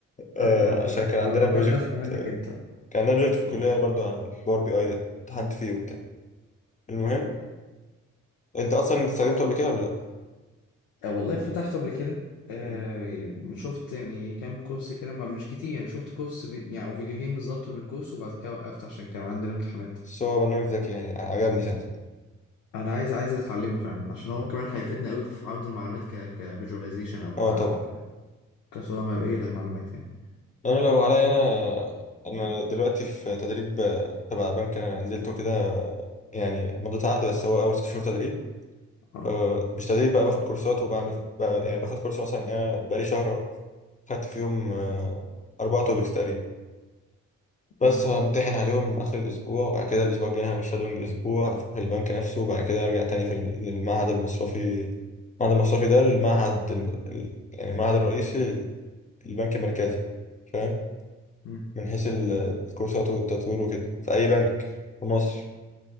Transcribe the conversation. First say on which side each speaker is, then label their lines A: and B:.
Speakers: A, on the left; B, on the left.
A: آه،
B: آه بس
A: عشان كان
B: فما
A: عندنا بروجكت
B: بحب اسمع منك انت
A: كان عندنا بروجكت في الكلية برضو عن الباور بي اي ده امتحنت فيه وبتاع المهم انت اصلا استخدمته قبل كده ولا لا؟
B: آه، والله فتحته قبل كده آه
A: مم.
B: شفت يعني كام كورس كده ما- مش كتير يعني شفت كورس فيديو يعني او فيديوهين بالظبط من الكورس وبعد كده وقفت عشان كان عندنا امتحانات
A: بس هو برنامج ذكي يعني عجبني ساعتها
B: انا عايز عايز اتعلمه فعلا عشان هو كمان هيفيدنا قوي في عرض المعلومات ك كفيجواليزيشن او ك
A: اه
B: ك-
A: طبعا
B: كصورة مرئية للمعلومات يعني
A: انا لو عليا انا انا دلوقتي في تدريب آه، تبع بنك انا نزلته كده آه، يعني مضيت عقد بس هو اول ست شهور تدريب
B: اه
A: آه، مش تدريب بقى باخد كورسات وبعمل بقى يعني باخد كورس مثلا انا بقالي شهر اهو خدت فيهم آه، اربع توبكس تقريبا بس
B: امم
A: همتحن عليهم آخر الأسبوع وبعد كده الأسبوع الجاي هعمل شادونج أسبوع في البنك نفسه وبعد كده أرجع تاني في الم- للمعهد المصرفي المعهد المصرفي ده المعهد الم... ال- يعني المعهد الرئيسي لل- للبنك المركزي فاهم
B: امم
A: من حيث ال- الكورسات والتطوير وكده في أي بنك في مصر